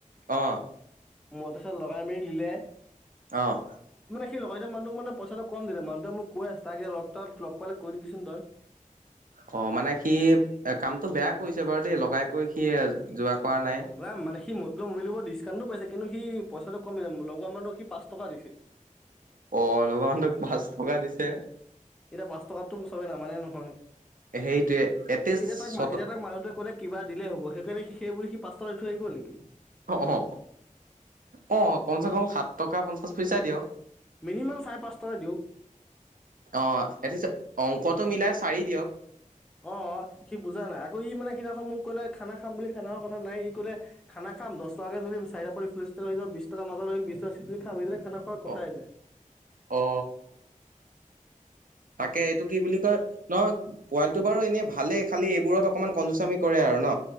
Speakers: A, on the right (about 85°); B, in the centre.
A: অ
B: মটৰ চাৰ লগাই মেলি লিলে
A: অঁ
B: সি লগয় এতি মানুহ মান পইচাটো কম দিলে মানুহটোক কৈ আছে তাক এতিয়া লগ তাত লগ পালাই কৈ দিবিচোন তই
A: অ মানে সি কামতটো বেয়া কৰিছে বাৰু দেই লগাই কৰি সি। যোৱা কৰা নাই
B: অ মানে সি মতলব মৰিলব ডিচকাউণ্টটো পাইছে। কিন্তু সি পইচাটো কমি যাম লগোৱা মানুহক সি পাঁচ টকা দিছে
A: অল মান তোক পাঁচ টকা দিছে।
B: এতিয়া পাঁচ টকাতটো চবেই নামানে নহয়।
A: সেইটোৱে এটলিষ্ট
B: এতিয়া তাক
A: ছট
B: এতিয়া তাক মানুহটোৱে ক'লে কিবা দিলেই হ'ব সেইকাৰে সেইবুলি সি পাঁচট লৈ থৈ আহিব নেকি?
A: অ অ আহ কমচ কম সাত টকা পঞ্চাশ পইচা দিয়ে।
B: মিনিমাম চাৰে পাঁচ টকা দিয়ক।
A: অ। এি অংকটো মিলাই চাৰি দিয়ক।
B: অ সি বুজা নাই আকৌ ই মানে সেইদিনাখন মোক কলে খানা খাম বুলি খানা কথা নাই ই কলে খানা খাম দহ টাকৈ যদি চাৰিটা পিলি টকা য বিশ টকা মাজা বিশ তকা চ খাম <unintelligible> খানা খোৱাৰ কথা
A: অ
B: এ নাই।
A: অ তাকে এইটো কি বুলি কয় নহয় পোৱালি। টো বাৰু এনেই ভালেই খালি এইবোৰত অকনমান কজুচামি কৰে আৰু ন